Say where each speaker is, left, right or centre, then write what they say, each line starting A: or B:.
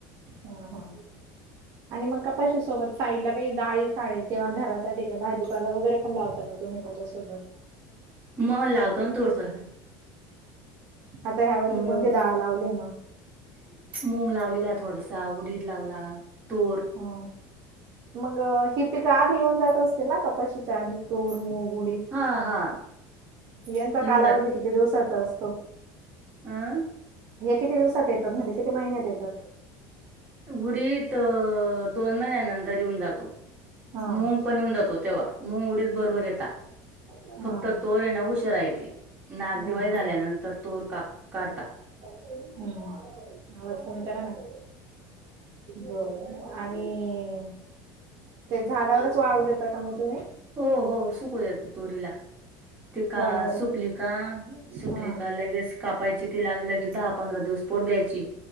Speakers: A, on the right; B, on the right.
A: हा हा. आणि मग कपाशी सोबत साईडला काही डाळी, साळी किंवा घरासाठी काही भाजीपाला वगैरे पण लावतातच. तुम्ही त्याच्यासोबत
B: <inaudible> म लावतो ना थोडसं,
A: आता ह्या वर्षी
B: मग
A: कोणती डाळ लावली मग
B: मूंग लावलेला थोडसा, उडीद लावला, तूर.
A: ह मग ही पिक आधी येऊन जात असतील ना, कपाशीच्या आधी तूर, मूग, उडीद.
B: हां, हां.
A: यांचा
B: येऊन
A: कालावधी किती दिवसाचा असतो?
B: आं
A: हे किती दिवसात येतात, म्हणजे किती महिन्यात येतात?
B: उडीद, दोन महिन्यानंतर येऊन जातो.
A: हा
B: मुंग पण येेऊन जातो तेव्हा, मूंग, उडीद बरोबर येता.
A: हा
B: फक्त तोर येणं उशिरा येते नाग
A: हा
B: दिवाळी झाल्यानंतर
A: हा
B: तोर काप काढता.
A: हम्म, आवाज कमी करा ना. बरं आणि, ते झाडावरच वाळू देता का मग तुम्ही
B: हो हो सुकू देतो तोरीला. तीका
A: झाडावर
B: सुकली का, सुकली
A: हा
B: का लगेच कापायची तिला लगे दहा-पंधरा दिवस पोट द्यायची.